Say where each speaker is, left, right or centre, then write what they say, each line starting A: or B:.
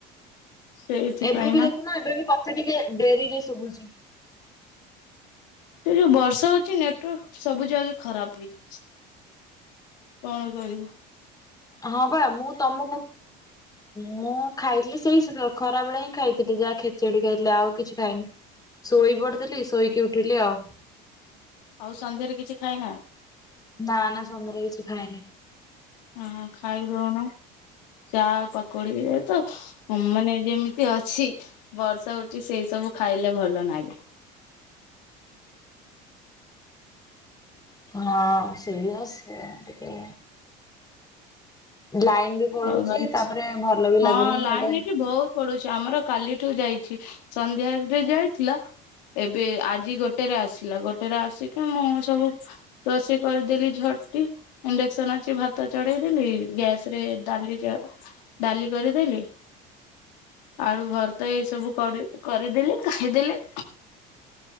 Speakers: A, on the left; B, on the left.
A: ସେଇଥିପାଇଁ
B: ଏବେ ବି
A: ନା
B: ଦେଖୁନ ଏବେ ବି କଥା ଟିକେ ଡେରି ରେ ଶଭୁଛି।
A: ସେ ଯୋଉ ବର୍ଷା ହଉଛି ନେଟୱାର୍କ ସବୁ ଜାଗେ ଖରାପ ହେଇଯାଉଛି। କଣ କରିବ?
B: ହଁ ବା, ମୁଁ ତମୁକୁ ମୁଁ ଖାଇଥିଲି ସେଇ <unintelligible> ଖରା ବେଳେ ହିଁ ଖାଇଥିଲି, ଯାହା ଖେଚେଡି ଖାଇଥିଲି, ଆଉ କିଛି ଖାଇନି। ଶୋଇ ପଡିଥିଲି, ଶୋଇକି ଉଠିଲି ଆଉ।
A: ଆଉ ସନ୍ଧ୍ୟାରେ କିଛି ଖାଇନାହିଁ।
B: ନା ନା, ସନ୍ଦରେ କିଛି ଖାଇନାହିଁ।
A: ହଁ ଖାଇଦଉନ, ଚା ପ <unintelligible> ମାନେ ଯେମିତି ଅଛି ବର୍ଷା ହଉଛି, ସେଇ ସବୁ ଖାଇଲେ ଭଲ ନାଗେ।
B: ହଁ ସେଇଆ ସେ ଟିକେ ଲାଇନ ବି ପଳଉଛି,
A: ଆଉ ଘରେ
B: ତାପରେ ଭଲ ବି
A: ହଁ
B: ଲାଗୁନି
A: ଲାଇନ
B: ଗୋଟେ
A: ଏଠି ବହୁତ ପଡୁଛି ଆମର କାଲିଠୁ ଯାଇଛି, ସନ୍ଧ୍ୟରେ ବି ଯାଇଥିଲା। ଏବେ ଆଜି ଗୋଟେରେ ଆସିଲା, ଗୋଟେରେ ଆସିକି ମୁଁ ସବୁ ରୋଷେଇ କରିଦେଲି ଝଟଟି, ଇଣ୍ଡକ୍ସନ ଅଛି ଭାତ ଚଢେଇଦେଲି ଗ୍ୟାସ ରେ <unintelligible> ଡାଲି କରିଦେଲି। ଆଳୁ ଭର୍ତ୍ତା ଏଇ ସବୁ କରି କରିଦେଲି ଖାଇଦେଲି।